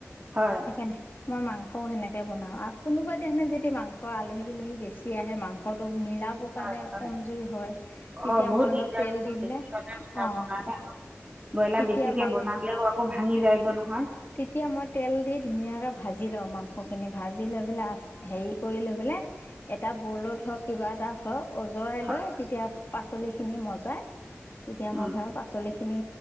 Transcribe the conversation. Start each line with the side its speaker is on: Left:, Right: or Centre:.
Right: হয়,
Left: সেইকাৰণে মই মাংসও হেনেকে বনাও আক' কোনোবাদিনা যদি মাংস আলহী দুলহী বেছি আহে মাংসটো মিলাবৰ
Right: হয়,
Left: কাৰণে
Right: হয়।
Left: কমজুৰি হয়। তেতিয়া
Right: অ বহুত
Left: মই অলপ
Right: দিগদাৰ
Left: তেল দি পেলাই
Right: বেছিভাব কাৰণে
Left: অঁ
Right: আৰু ব্ৰইলাৰ
Left: তেতিয়া
Right: বেছিকে
Left: মাংস
Right: বনালেও আকৌ ভাঙি যায়গৈ নহয়
Left: তেতিয়া মই তেল দি ধুনীয়াকে ভাজি লও মাংস খিনি ভাজি লৈ পেলাই হেৰি কৰি লৈ পেলাই এটা বৰ্লত হওক কিবা এটা হওক অজৰাই
Right: হয়,
Left: লয় তেতিয়া পাচলি খিনি মজাই তেতিয়া
Right: উম,
Left: মই ভাব পাচলি খিনি